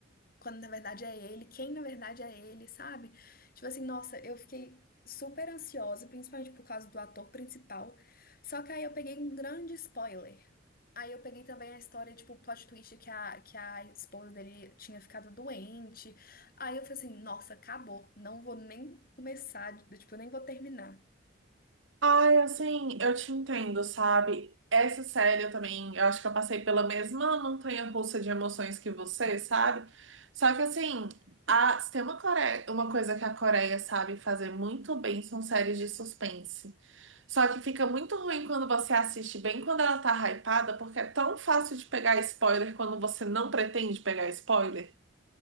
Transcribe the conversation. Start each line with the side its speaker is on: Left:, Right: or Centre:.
Left: quando na verdade é ele, quem na verdade é ele, sabe? Tipo assim, nossa, eu fiquei super ansiosa, principalmente por causa do ator principal. Só que aí eu peguei um grande spoiler. Aí eu peguei também a história, tipo, o plot twist que a, que a esposa dele tinha ficado doente. Aí eu falei assim, nossa, acabou. Não vou nem começar, tipo, eu nem vou terminar.
Right: Ai, assim, eu te entendo, sabe? Essa série eu também, eu acho que eu passei pela mesma montanha-russa de emoções que você, sabe? Só que assim, a, se tem uma, Core- uma coisa que a Coreia sabe fazer muito bem, são séries de suspense. Só que fica muito ruim quando você assiste bem quando ela tá hypada, porque é tão fácil de pegar spoiler quando você não pretende pegar spoiler.